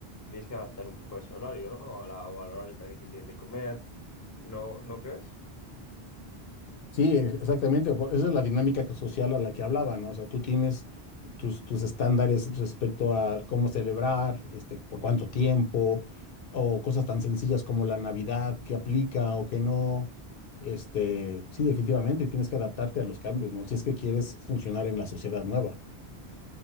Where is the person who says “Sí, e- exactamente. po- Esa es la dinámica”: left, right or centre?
Left